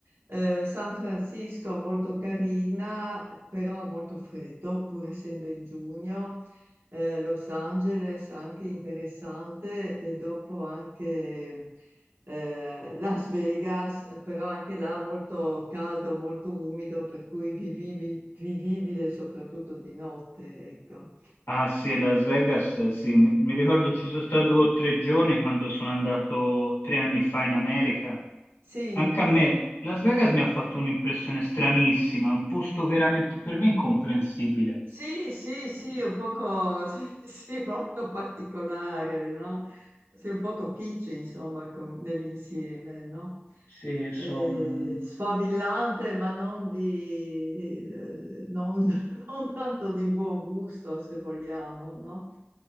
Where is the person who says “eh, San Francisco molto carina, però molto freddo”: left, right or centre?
Right